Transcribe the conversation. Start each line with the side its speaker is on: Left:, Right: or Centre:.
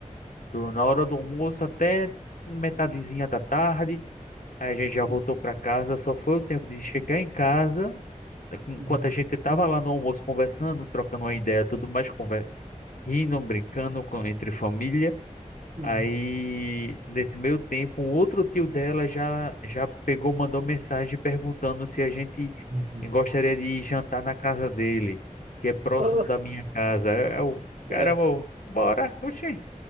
Left: do- na hora do almoço até metadezinha da tarde. Aí a gente já voltou
Right: Uhum.
Left: para casa. Só foi o tempo de chegar em casa, enquanto
Right: Uhum.
Left: a gente estava lá no almoço conversando, trocando uma ideia, tudo mais rindo, brincando com, entre família.
Right: Uhum.
Left: Aí, nesse meio tempo, um outro tio dela já, já pegou, mandou mensagem perguntando se a gente
Right: Uhum.
Left: gostaria de jantar na casa dele, que é próximo
Right: Oh,
Left: da minha casa. É o caramba,
Right: é.
Left: eu, bora, oxê.